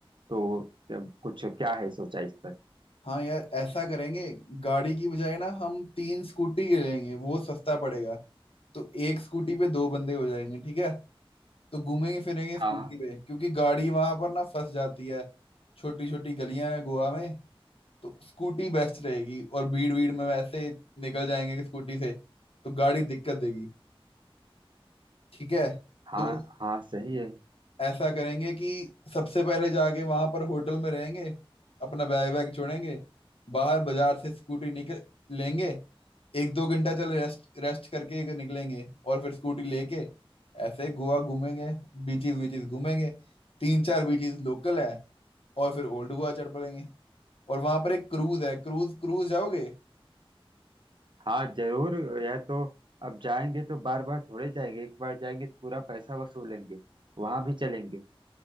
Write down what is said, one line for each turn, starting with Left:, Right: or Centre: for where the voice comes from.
Right: तो क्या- कुछ क्या है सोचा इस पर
Left: हाँ यार ऐसा करेंगे गाड़ी की बजाय ना हम तीन स्कूटी ले लेंगे वो सस्ता पड़ेगा तो एक स्कूटी पे दो बंदे हो जाएंगे ठीक है तो घूमेंगे फिरेंगे स्कूटी
Right: हाँ
Left: पे क्योंकि गाड़ी वहां पर ना फंस जाती है छोटी छोटी गलियां हैं गोवा में तो स्कूटी बेस्ट रहेगी और भीड़ भीड़ में वैसे निकल जाएंगे कि स्कूटी से तो गाड़ी दिक्कत देगी ठीक है
Right: हाँ
Left: तो
Right: हाँ सही है
Left: ऐसा करेंगे कि सबसे पहले जाके वहां पर होटल में रहेंगे अपना बैग वैग छोड़ेंगे बाहर बाजार से स्कूटी निकल लेंगे एक दो घंटा चल रेस्ट रेस्ट करके निकलेंगे और फिर स्कूटी लेके ऐसे गोवा घूमेंगे बीचेस बीचेस घूमेंगे तीन चार बीचेस लोकल है और फिर ओल्ड गोवा चढ़ पड़ेंगे और वहां पर एक क्रूज है क्रूज क्रूज जाओगे
Right: हाँ जरूर यह तो अब जाएंगे तो बार बार थोड़े जाएंगे एक बार जाएंगे तो पूरा पैसा वसूलेंगे वहां भी चलेंगे